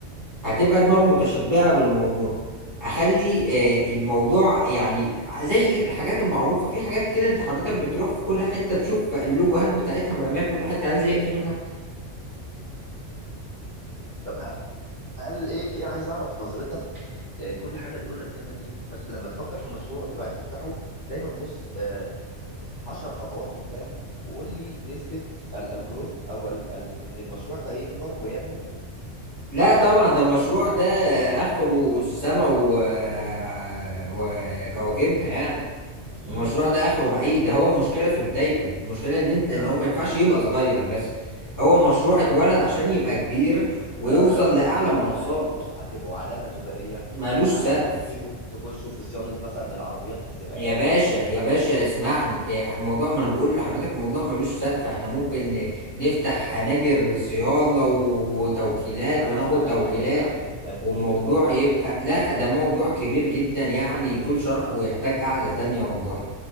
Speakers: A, on the left; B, on the right.
A: هتبقى دماغه متشبعة بالموضوع اخلي آه، الموضوع يعني زي الحاجات المعروفة في حاجات كده انت حضرتك بتروح
B: مم.
A: في كل حتة تشوف اللوجوهات بتاعتها مرمية في كل حتة هل زهقت منها؟
B: اه طب هل ايه ايه عايز اعرف نظرتك آه، كل حاجه بيقول لك دايما ايه لما تفكر في مشروع وتبقى عايز تفتحه دايما بص آه، 10 خطوات قدام وقول لي نسبة الجروث او ال ال ان المشروع ده يكبر وينمو
A: لا
B: اخره
A: طبعا
B: فين
A: ده المشروع ده اخره السما و... آه، وكواكبها يعني
B: مم،
A: المشروع
B: مم،
A: ده اخره
B: مم.
A: بعيد ده هو المشكلة في بدايته المشكلة ان انت ان
B: آه،
A: هو ما ينفعش يبقى صغير بس هو
B: مم،
A: مشروع
B: مم.
A: اتولد عشان يبقى كبير ويوصل
B: لا انا قصدي
A: لأعلى
B: هل
A: المنصات
B: هتبقوا هتبقوا علامة تجارية
A: ملوش
B: ولا
A: سقف
B: هل هتبتدوا تخشوا في صيانة مثلا العربيات في السباقات
A: يا باشا يا
B: هل
A: باشا
B: مم.
A: اسمعني إيه، الموضوع ما انا بقول لحضرتك الموضوع ملوش سقف احنا ممكن ن- نفتح هناجر صيانة و- وتوكيلات
B: ما
A: وناخد
B: انا انا
A: توكيلات
B: كلمني عن ترتيب
A: والموضوع
B: الخطوات
A: يبقى لا ده موضوع كبير جدا يعني طول شرحه ويحتاج قعدة تانية والله